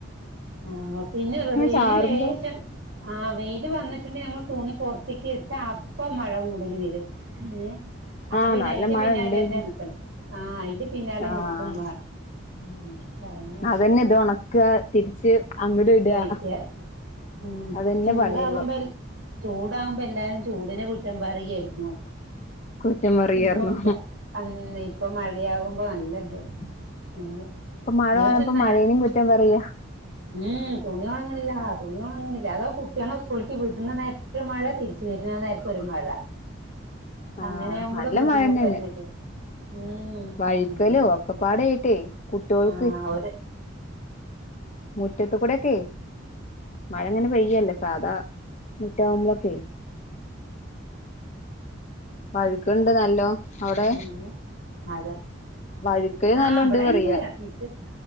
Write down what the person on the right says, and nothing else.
ആഹ് പിന്നെ വെയില്
ലേശം ആഹ് വെയിൽ വന്നിട്ട്ണ്ടെകി ഞമ്മൾ തുണി പൊറത്ത്ക്ക് ഇട്ടാ അപ്പം മഴ മൂടല് വരും ഏഹ് അപ്പം
പിന്നെ
അയിന്റെ
പിന്നാലെന്നെ
നിക്കണം ആഹ് അയിന്റെ പിന്നാലെ
നിക്കുംവാണം ഉം <unintelligible>
തഴിക്ക ഉം
ചൂടാകുമ്പോ
എൽ ചൂടാകുമ്പെ എല്ലാരും ചൂടിനെ കുറ്റം പറിയേരുന്നു.
ഇപ്പം അൻ ഇപ്പം മഴയാകുമ്പോ നല്ല ത് ഉം
<unintelligible>
ഉം തുണി ഒണങ്ങ്ണില്ല തുണി ഒണങ്ങ്ണില്ല അതോ കുട്ട്യളെ സ്കൂൾക്ക് വിട്ണ നേ ഒരു മഴ തിരിച്ച് വര്ണ ആഹ് നേരത്തൊരു മഴ.
അങ്ങനെയാവുമ്പളും
ബുദ്ധിമുട്ടെന്നല്ലേ?
ഉം
<unintelligible>
ആഹ് ഒര്
ഉം അതാ
ഉം
ആഹ് ഇബടെണ്ട്
മിറ്റത്താ